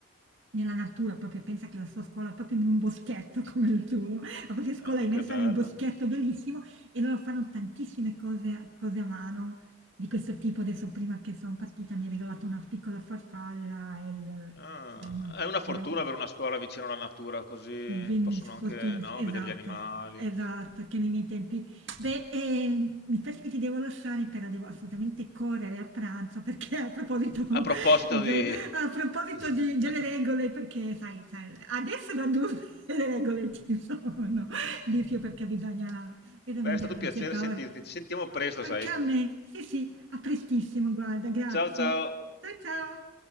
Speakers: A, on the right (about 65°); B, on the left (about 50°).
A: nella natura, proprio pensa che la sua scuola è proprio in un boschetto <laughs> come il tuo, la propria scuola
B: Ah,
A: è immersa
B: che bello.
A: nel boschetto bellissimo e loro fanno tantissime cose, cose a mano di questo tipo. Adesso prima che sono partita mi ha regalato una piccola farfalla e il-
B: Ah,
A: insomma,
B: è una fortuna
A: veramente
B: avere una scuola vicino alla natura, così
A: Benis
B: possono
A: fortun
B: anche, no,
A: esatto,
B: vedere gli animali.
A: esatto, che nei miei tempi. Beh, ehm, mi piace che ti devo lasciare, però devo assolutamente correre a pranzo perché a proposito, <laughs>
B: A proposito
A: de-
B: di...
A: a proposito
B: di-
A: di- delle
B: <laughs>
A: regole, perché sai, cioè, adesso da adulto <laughs> le regole ci sono, Lizio, perché bisogna, bisogna
B: Beh,
A: mangiare
B: è stato un
A: un
B: piacere
A: certo
B: sentirti.
A: ore.
B: Ci sentiamo presto,
A: Anche
B: sai.
A: a me, sì sì, a prestissimo, guarda, grazie.
B: Ciao, ciao.
A: Ciao ciao!